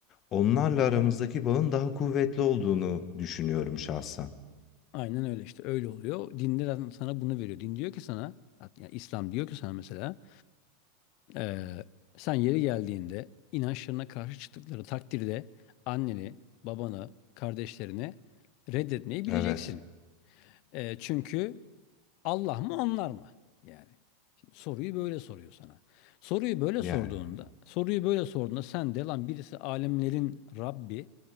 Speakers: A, on the left; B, on the left.
A: Onlarla aramızdaki bağın daha kuvvetli olduğunu düşünüyorum şahsen.
B: Aynen öyle işte öyle oluyor. Dinde zaten sana bunu veriyor. Din diyor ki sana hat- yani İslam diyor ki sana mesela eee, sen yeri geldiğinde inançlarına karşı çıktıkları takdirde anneni, babanı, kardeşlerini reddetmeyi bileceksin.
A: Evet.
B: Eee, çünkü Allah mı onlar mı? Yani. Soruyu böyle soruyor sana. Soruyu böyle
A: Yani.
B: sorduğunda, soruyu böyle sorduğunda sen de lan birisi alemlerin Rabbi,